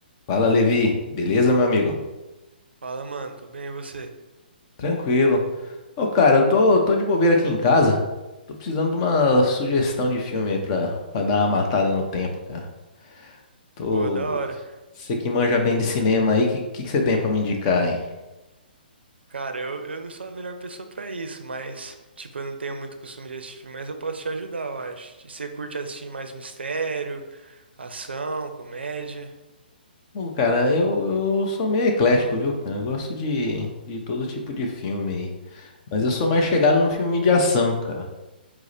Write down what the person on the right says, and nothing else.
Fala, mano, tudo bem e você?
Pô, da hora.
Cara, eu, eu não sou a melhor pessoa pra isso, mas, tipo, eu não tenho muito costume de assistir filme, mas eu posso te ajudar, eu acho. E Você curte assistir mais mistério, ação, comédia?